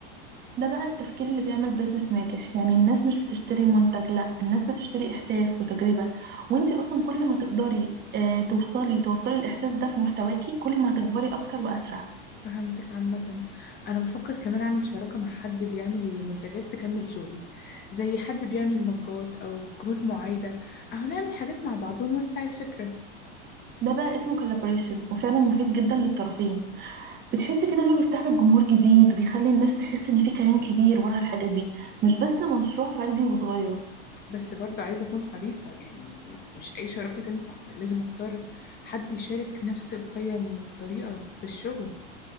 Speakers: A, on the right; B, on the left.
A: ده بقى التفكير اللي بيعمل بيزنس ناجح يعني الناس مش بتشتري منتج لا الناس بتشتري احساس وتجربة وانت اصلا كل ما تقدري اه توصلي توصلي الاحساس ده في محتواكي كل ما هتكبري اكتر واسرع
B: فهمتك عامة أنا بفكر كمان أعمل شراكة مع حد بيعمل منتجات تكمل شغلي زي حد بيعمل مجات أو كروت معايدة أهو نعمل حاجات مع بعض ونوسع الفكرة
A: ده بقى اسمه كولابوريشن وفعلا مفيد جدا للطرفين بتحس كده انه بيفتح لك جمهور جديد وبيخلي الناس تحس ان في كيان كبير ورا الحاجة دي مش بس مشروع فردي وصغير
B: بس برضه عايزة أكون حريصة يعني م- مش أي شراكة تنفع لازم أختار حد يشارك نفس القيم والطريقة في الشغل